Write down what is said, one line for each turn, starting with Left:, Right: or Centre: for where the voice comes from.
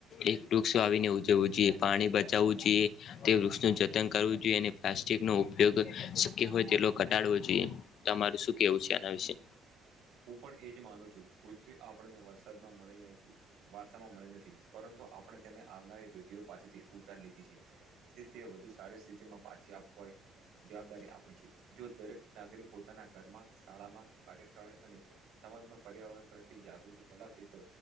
Left: એક વૃક્ષ વાવીને ઉજવવું જોઈએ પાણી બચાવવું જોઈએ તે વૃક્ષ નું જતન કરવું જોઈએ અને પ્લાસ્ટિક નો ઉપયોગ શક્ય હોય તેલો ઘટાડવો જોઈએ તમારું શું કેવું છે આના વિશે
Right: હું પણ એજ માનું છું પૃથ્વી આપણને વરસાદ માં મળી નથી મળી નથી પરંતુ આપણે તેને આવનારી પેટીઓ પાસેથી ઉધાર લીધી છે તેથી વધુ સારી સ્થિતિમાં પાછી આપવા જવાબદારી આપે છે જો દરેક નાગરિક પોતાના ઘરમાં શાળામાં કાર્યસ્થળે અને સમાજમાં પર્યાવરણ પ્ર તિ જાગૃતિ ફેલાવશે તો